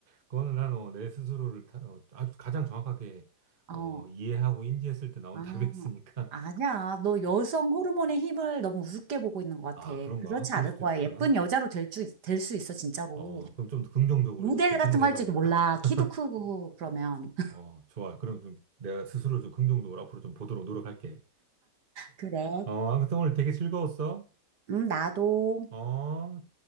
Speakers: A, on the right; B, on the right.
A: 그거는 나는 어, 내 스스로를 다- 어, 아주 가장 정확하게
B: 어,
A: 어, 이해하고 인지했을 때 나온
B: 아,
A: <laughs> 답이었으니까.
B: 아니야. 너 여성 호르몬의 힘을 너무 우습게 보고 있는 것
A: 아,
B: 같아.
A: 그런가?
B: 그렇지
A: 그럴
B: 않을
A: 수도
B: 거야.
A: 있을까나?
B: 예쁜 여자로 될 줄, 될 수 있어, 진짜로.
A: 어, 그럼 좀 더 긍정적으로
B: 모델
A: 이제 좀
B: 같은
A: 생각해
B: 거 할지도
A: 봐야겠다.
B: 몰라.
A: <laughs>
B: 키도 크고, 그러면. <laughs>
A: 어, 좋아. 그럼 좀 내가 스스로 좀 긍정적으로 앞으로 좀 보도록 노력할게.
B: 그래.
A: 어, 아무튼 오늘 되게 즐거웠어.
B: 음, 나도.
A: 어,